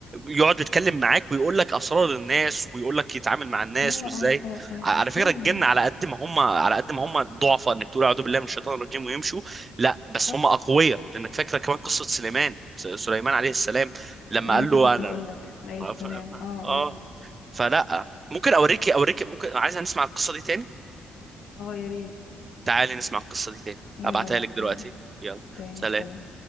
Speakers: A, on the right (about 30°); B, on the left (about 75°).
A: يقعد يتكلم معاك ويقول لك اسرار الناس ويقول لك يتعامل مع الناس
B: اه
A: وازاي
B: اه اه اه
A: ع- على فكره
B: فعلا
A: الجن على قد ما هم على قد ما هم ضعفاء انك تقول اعوذ بالله من الشيطان الرجيم ويمشوا لا بس
B: صح
A: هم اقوياء لانك فاكره كمان قصه سليمان س- سليمان عليه السلام لما
B: أنا
A: قال
B: لسه
A: له
B: كنت
A: انا
B: هقولك عليه
A: ف-
B: السلام
A: ف-
B: اه
A: اه
B: قول
A: فلا ممكن اوريك اوريك ممكن عايز نسمع القصه دي تاني
B: اه يا ريت
A: تعالي نسمع القصه دي تاني
B: يلا
A: ابعتها
B: ابعتها
A: لك دلوقتي
B: لي
A: يلا
B: تاني
A: سلام
B: سلام